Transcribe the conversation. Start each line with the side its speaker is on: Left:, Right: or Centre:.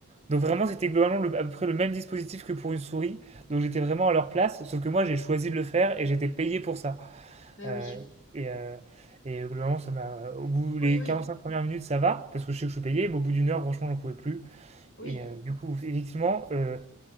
Right: Donc vraiment, c'était globalement le- à peu près le même dispositif que pour une souris. Donc j'étais vraiment à leur place, sauf que moi, j'ai choisi de le faire et j'étais payé pour ça.
Left: Eh
Right: Euh,
Left: oui,
Right: et, euh, et globalement, ça m'a. Au bout
Left: oui,
Right: les
Left: oui,
Right: 45 premières minutes, ça va, parce que je sais que je suis payé, mais au bout d'une heure, franchement, j'en pouvais plus.
Left: oui,
Right: Et euh, du coup, effectivement, euh,